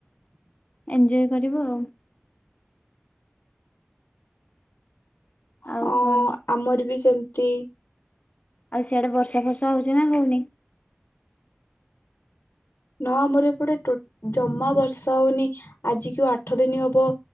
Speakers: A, on the left (about 35°); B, on the left (about 60°).
A: ଏଞଜୟ କରିବୁ ଆଉ।
B: ହଁ
A: ଆଉ କଣ
B: ଆମର ବି ସେମିତି।
A: ଆଉ ସିଆଡେ ବର୍ଷା ଫର୍ଷା ହଉଛି ନା ହଉନି।
B: ନା ଆମର ଏପଟେ ଟୋ ଜମା ବର୍ଷା ହଉନି। ଆଜିିକୁ ଆଠ ଦିନ ହବ।